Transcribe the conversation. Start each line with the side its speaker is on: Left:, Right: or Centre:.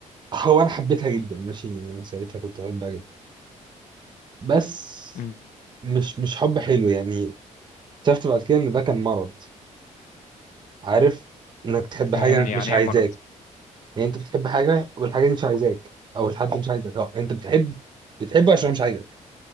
Right: هو انا حبيتها جدا ماشي يعني انا ساعتها كنت بحبها جدا بس
Left: أمم،
Right: مش مش حب حلو يعني اكتشفت بعد كده ان ده كان مرض عارف انك تحب
Left: فهمني
Right: حاجة مش
Left: يعني
Right: عايزاك
Left: إيه مرض؟
Right: يعني انت بتحب حاجة والحاجة دي مش عايزاك او الحد مش عايزك اه انت بتحب بتحبه عشان مش عايزك